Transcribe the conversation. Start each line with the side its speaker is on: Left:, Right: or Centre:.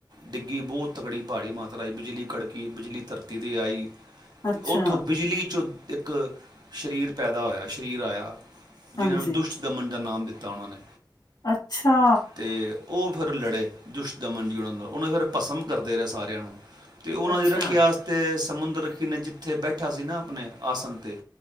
Right: ਡਿੱਗੀ ਬਹੁਤ ਤਕੜੀ ਪਹਾੜੀ ਮਾਤਰਾ ਵਿੱਚ ਬਿਜਲੀ ਕੜਕੀ ਬਿਜਲੀ ਧਰਤੀ 'ਤੇ ਆਈ
Left: ਅੱਛਾ,
Right: ਅਤੇ ਉੱਥੋਂ ਬਿਜਲੀ ਚੋਂ ਇੱਕ ਸਰੀਰ ਪੈਦਾ ਹੋਇਆ ਸਰੀਰ ਆਇਆ ਜਿਨ੍ਹਾਂ
Left: ਹਾਂਜੀ,
Right: ਨੂੰ ਦੁਸ਼ਟ ਦਮਨ ਦਾ ਨਾਮ ਦਿੱਤਾ ਉਹਨਾਂ ਨੇ
Left: ਅੱਛਾ
Right: ਤੇ ਉਹ ਫਿਰ ਲੜੇ ਦੁਸ਼ਦਮਨ ਜੀਣਾਦਾ ਉਹਨੇ ਫਿਰ ਪਸੰਮ ਕਰਦੇ ਰਹੇ ਸਾਰਿਆਂ ਨੂੰ ਅਤੇ ਉਹਨਾਂ
Left: ਅੱਛਾ,
Right: ਦੀ ਰੱਖੀਤੇ ਸਮੁੰਦਰ ਕਿਨ ਜਿੱਥੇ ਬੈਠਾ ਸੀ ਨਾ ਆਪਣੇ ਆਸਨ ਤੇ